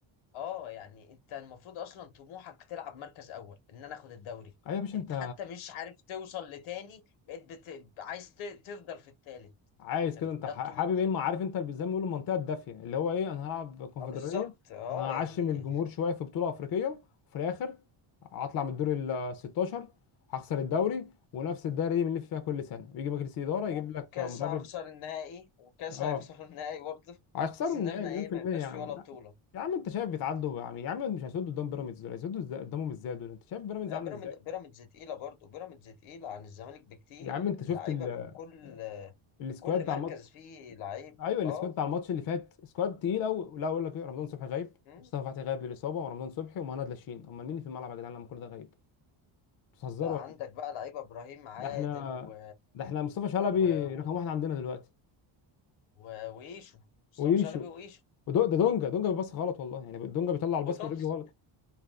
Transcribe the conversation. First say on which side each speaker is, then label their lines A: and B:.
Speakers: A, on the left; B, on the left.
A: اه يعني انت المفروض اصلا طموحك تلعب مركز اول ان انا اخد الدوري
B: ايوه يا باشا
A: انت
B: انت
A: حتى مش عارف توصل لتاني بقيت بت... عايز ت... تفضل في التالت
B: عايز
A: يعني
B: كده انت
A: ده
B: ح-
A: الطموح
B: حابب ايه ما عارف انت اللي زي ما بيقولوا المنطقه الدافيه اللي هو ايه انا هلعب كونفدراليه
A: اه بالظبط اه
B: وهعشم
A: يعني
B: الجمهور شويه في بطوله افريقيه وفي الاخر هطلع من الدور ال 16 هخسر الدوري ونفس الدايره دي بنلف فيها كل سنه ويجي مجلس الاداره
A: وكاس
B: يجيب لك مدرب
A: هخسر النهائي وكاس
B: اه
A: هيخسر النهائي برضه
B: هيخسروا
A: بحيث ان
B: النهائي
A: احنا
B: مليون
A: ايه
B: في
A: ما
B: الميه
A: يبقاش
B: يا عم
A: فيه ولا
B: لا.
A: بطولة
B: يا عم انت شايف بيتعدوا يا عم يا عم مش هيسدوا قدام بيراميدز دول هيسدوا إزاي- قدامهم ازاي دول انت شايف بيراميدز
A: آه،
B: عامله
A: بيراميد
B: ازاي
A: بيراميدز تقيلة برضه بيراميدز تقيلة عن الزمالك بكتير
B: يا عم انت
A: اللعيبة
B: شفت ال-
A: من كل
B: السكواد
A: كل
B: بتاع
A: مركز
B: الماتش
A: فيه لعيب
B: ايوه السكواد
A: اه
B: بتاع الماتش اللي فات سكواد تقيل قوي لا اقول لك إيه، رمضان صبحي غايب
A: مم.
B: مصطفى فتحي غايب للاصابه ورمضان صبحي ومهند لاشين امال مين اللي في الملعب يا جدعان لما كل ده غايب بتهزروا
A: بقى
B: ولا
A: عندك
B: ايه
A: بقى لعيبة ابراهيم عادل
B: ده احنا
A: و...
B: ده احنا مصطفى شلبي
A: و...
B: رقم واحد عندنا دلوقتي
A: و- وإيشو مصطفى
B: ويشو
A: شلبي وإيشو
B: ودو ده دونجا دونجا بيبص غلط والله يعني دونجا بيطلع الباص
A: وتومس
B: من رجله غلط